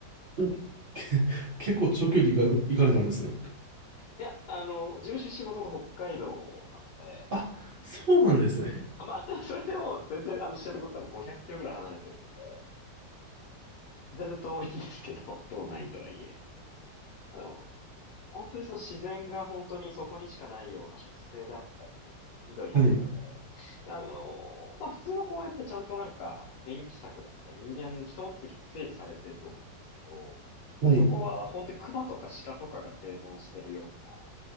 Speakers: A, on the right (about 90°); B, on the left (about 75°).
A: お、け <laughs> 結構長距離行かれ、行かれたんですね。
B: いや、あの、自分出身もともと北海道なので、
A: あ、そうなんですね。
B: まあ、<laughs> それでも全然、あの、知床って多分500キロぐらい離れてるので、全然遠いんですけど、道内とはいえ。あの、本当にその自然が本当にそこにしかないような植生であったり、もう緑豊かで。
A: はい。
B: で、あの、まあ普通の公園ってちゃんとなんか電気柵であったり、人間、人の手で結構整備されてると思うんですけど、
A: はい。
B: そこは本当に熊とか鹿とかが生存してるよう